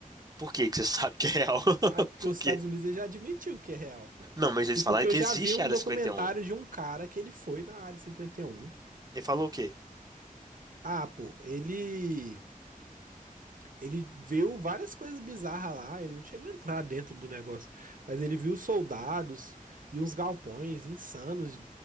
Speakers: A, on the right; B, on the right.
A: Por que que você <laughs> sabe que é real? <laughs>
B: Ah, Porque
A: Por
B: os
A: quê?
B: Estados Unidos ele já admitiu que é real, pô.
A: Não, mas eles
B: E
A: falaram
B: porque
A: que
B: eu já
A: existe
B: vi um
A: a Área
B: documentário
A: cinquenta e um.
B: de um cara que ele foi na área cinquenta e um
A: Ele falou o quê?
B: Ah, pô, ele Ele viu várias coisas bizarras lá, ele não chegou a entrar dentro do negócio, mas ele viu soldados e uns galpões insanos,